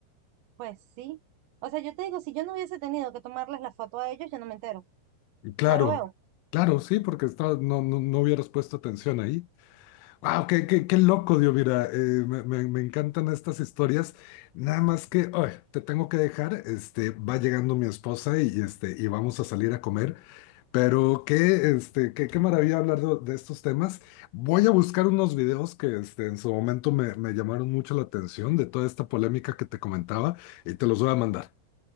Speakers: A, on the right; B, on the left.
A: Pues sí. O sea, yo te digo, si yo no hubiese tenido que tomarles la foto a ellos, yo no me entero.
B: Y claro,
A: No lo veo.
B: claro, sí, porque estaba- no, no, no hubieras puesto atención ahí. Wow, qué, qué, qué loco, Dios, mira, eh, me, me- me encantan estas historias. Nada más que, ay, te tengo que dejar, este, va llegando mi esposa y, este, y vamos a salir a comer, pero qué, este, qué, qué maravilla hablar de, de estos temas. Voy a buscar unos videos que, este, en su momento me, me llamaron mucho la atención de toda esta polémica que te comentaba y te los voy a mandar.